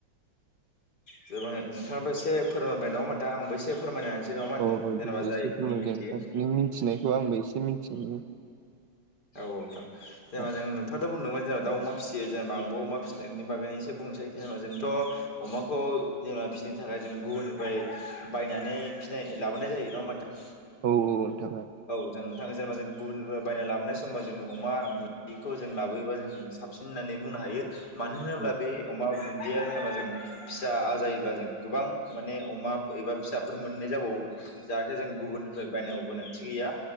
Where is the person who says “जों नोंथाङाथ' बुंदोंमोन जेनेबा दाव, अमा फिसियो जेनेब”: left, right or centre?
Left